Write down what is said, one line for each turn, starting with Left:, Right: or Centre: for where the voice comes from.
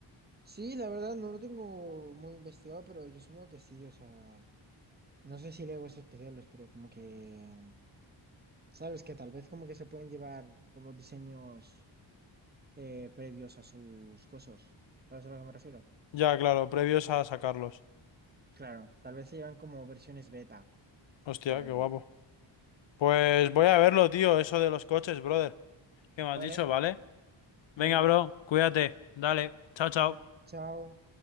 Right: Sí, la verdad no lo tengo muy investigado, pero yo supongo que sí. O sea, no sé si Lego es especiales, pero como que. Sabes que tal vez como que se pueden llevar como diseños eh, previos a sus cosas. ¿Sabes a lo que me refiero?
Left: Ya, claro, previos a sacarlos.
Right: Claro, tal vez se llevan como versiones beta
Left: Hostia,
Right: o algo.
Left: qué guapo. Pues voy a verlo, tío, eso de los coches, brother. ¿Qué me
Right: Vale,
Left: has dicho, vale? Venga,
Right: venga,
Left: bro, cuídate. Dale, chao, chao.
Right: Venga, chao.